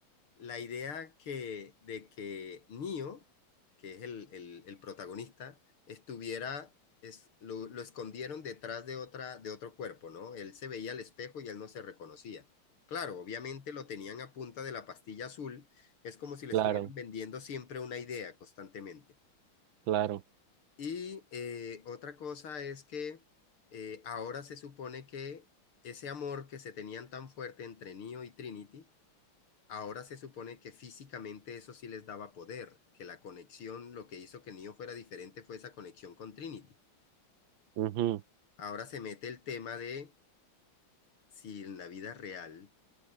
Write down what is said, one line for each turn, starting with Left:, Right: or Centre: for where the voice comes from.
Left: la idea que, de que Neo, que es el, el, el protagonista, estuviera, es, lo, lo escondieron detrás de, otra, de otro cuerpo, ¿no? Él se veía al espejo y él no se reconocía. Claro, obviamente lo tenían a punta de la pastilla azul, es como si le
Right: Claro,
Left: estuvieran vendiendo siempre una idea constantemente.
Right: claro.
Left: Y eh, otra cosa es que eh, ahora se supone que ese amor que se tenían tan fuerte entre Neo y Trinity, Ahora se supone que físicamente eso sí les daba poder, que la conexión, lo que hizo que Neo fuera diferente fue esa conexión con Trinity.
Right: Ujú.
Left: Ahora se mete el tema de si en la vida real